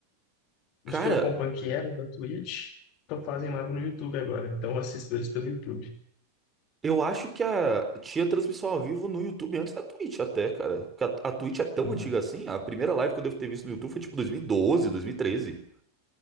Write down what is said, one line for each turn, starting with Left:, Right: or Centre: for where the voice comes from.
Right: Cara,
Left: Os que eu acompanho que eram da Twitch, estão fazem live no YouTube agora. Então, eu assisto eles pelo YouTube.
Right: Eu acho que a tinha transmissão ao vivo no YouTube antes da Twitch até, cara. Porque A, a Twitch é tão
Left: Ah,
Right: antiga
Left: não.
Right: assim, a primeira live que eu devo ter visto no YouTube foi tipo 2012, treze.